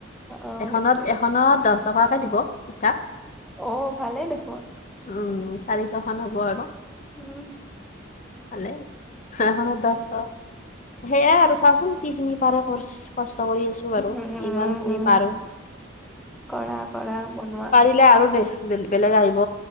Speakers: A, in the centre; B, on the left.
A: অ অ
B: এখনত
A: সেইটোৱে
B: এখনত দহ টকাকে দিব পিঠা।
A: অ ভালেই দেখোন।
B: উম চাৰিশখন হ'ব আৰু
A: উম
B: ভালেই এখনত দহশ সেইয়াই আৰু চাচোন কিখিনি পাৰে ক কষ্ট কৰি আছো। বাৰু
A: উম উ
B: কিমান
A: উম
B: খিনি
A: উম
B: পাৰো
A: কৰা কৰা বনোৱা।
B: দেখিলে আৰু নে বেলেগ আহিব,